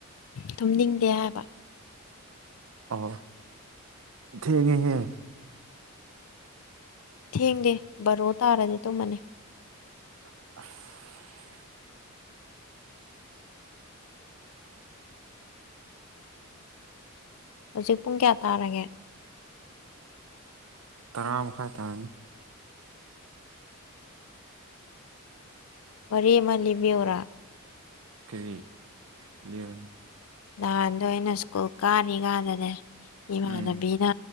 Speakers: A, on the left; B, on the right.
A: ꯇꯨꯝꯅꯤꯡꯗꯦ ꯍꯥꯏꯕ
B: ꯑꯣ ꯊꯦꯡꯉꯦꯍꯦ
A: ꯊꯦꯡꯗꯦ ꯕꯔꯣ ꯇꯥꯔꯗꯤ ꯇꯨꯝꯃꯅꯤ
B: ꯑꯁ
A: ꯍꯧꯖꯤꯛ ꯄꯨꯡ ꯀꯌꯥ ꯇꯥꯔꯒꯦ
B: ꯇꯥꯔ ꯃꯈꯥꯏ ꯇꯥꯔꯝꯅꯤ
A: ꯋꯥꯔꯤ ꯑꯃ ꯂꯤꯕꯤꯌꯣꯔ
B: ꯀꯔꯤ ꯂꯤꯌꯣꯅꯦ
A: ꯅꯍꯥꯟꯗꯣ ꯑꯩꯅ ꯁ꯭ꯀꯨꯜ ꯀꯥꯅꯤꯒꯅꯅꯦ ꯏꯃꯥꯟꯅꯕꯤꯅ
B: ꯎꯝ